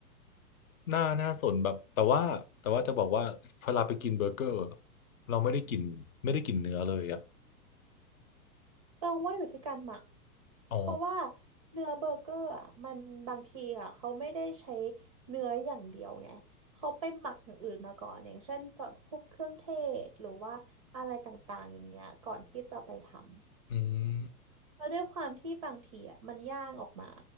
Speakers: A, on the left (about 55°); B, on the right (about 25°).
A: หน้าหน้าสนแบบแต่ว่าแต่ว่าจะบอกว่าพอเราไปกินเบอร์เกอร์อะเราไม่ได้กินไม่ได้กินเนื้อเลยอะ
B: ต้องว่าอยู่ที่การหมัก
A: อ๋อ
B: เพราะว่าเนื้อเบอร์เกอร์อ่ะมันบางทีอ่ะเขาไม่ได้ใช้เนื้ออย่างเดียวไงเขาไปหมักอย่างอื่นมาก่อนอย่างเช่นแบบพวกเครื่องเทศหรือว่าอะไรต่างๆอย่างเงี้ยก่อนที่จะไปทำ
A: อืม
B: แล้วด้วยความที่บางทีอ่ะมันย่างออกมา